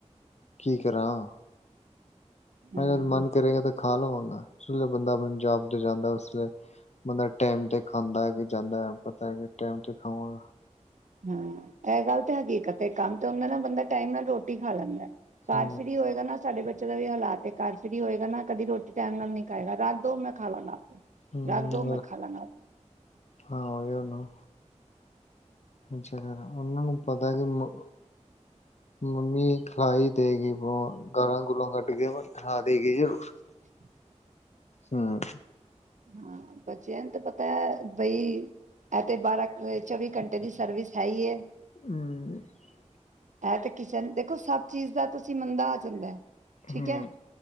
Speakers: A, on the left (about 65°); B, on the right (about 85°).
A: ਕੀ ਕਰਾਂ।
B: ਹਾਂ
A: ਜਦ ਮਨ ਕਰੇਗਾ ਤਾਂ ਖਾ ਲਵਾਂਗਾ ਜਲੇ ਬੰਦਾ ਪੰਜਾਬ ਤੋਂ ਜਾਂਦਾ ਉਸਲੇ ਬੰਦਾ ਟੈਮ ਤੇ ਖਾਂਦਾ ਏ ਕਿ ਜਾਂਦਾ ਹੈ ਪਤਾ ਕਿ ਟੈਮ ਤੇ ਖਾਵਾਂਗਾ।
B: ਹਾਂ, ਇਹ ਗੱਲ ਤਾਂ ਹੈਗੀ ਇੱਕ ਤੇ ਕੰਮ ਤੇ ਹੁੰਦਾ ਨਾ ਬੰਦਾ ਟਾਈਮ ਨਾਲ਼ ਰੋਟੀ ਖਾ ਲੈਦਾ। ਪਰਸ
A: ਹੂੰ
B: ਵੀ ਹੋਏਗਾ ਨਾ ਸਾਡੇ ਬ ਦਾ ਵੀ ਹਾਲਾਤ ਹੈ ਘਰ ਫਿਰ ਹੋਏਗਾ ਨਾ ਕਦੀ ਰੋਟੀ ਟਾਈਮ ਨਾਲ ਨੀ ਖਾਗਾ ਰੱਖ ਦੋ ਮੈਂ ਖਾ ਲਗਾ ਆਪੇ।
A: ਹੂੰ
B: ਰੱਖ ਦੋ ਮੈਂ ਖਾਲਾਗਾ।
A: ਹਾਂ ਓਹੀ ਨਾ। ਉਹਨਾਂ ਨੂੰ ਪਤਾ ਕਿ ਮ ਮੰਮੀ ਖਿਲਾਈ ਦੇਗੀ ਬ ਗਾਲਾਂ-ਗੁਲਾਂ ਕੱਢ ਕੇ ਪਰ ਖਿਲਾ ਦੇਗੀ ਜ਼ਰੂਰ।
B: <inaudible>
A: ਹਮ।
B: ਹਾਂ, ਬੱਚਿਆਂ ਨੂੰ ਤਾਂ ਪਤਾ ਬਈ ਐ ਤੇ ਬਾਰਾਂ ਚੌਵੀ ਘੰਟੇ ਦੀ ਸਰਵਿਸ ਹੈਈ ਏ।
A: <unintelligible>
B: ਇਹ ਤਾਂ ਕਿਸਨ ਦੇਖੋ, ਸਭ ਚੀਜ਼ ਦਾ ਤੁਸੀਂ ਮੰਦਾ ਆ ਜਾਂਦਾ ਠੀਕ
A: ਹੂੰ
B: ਏ।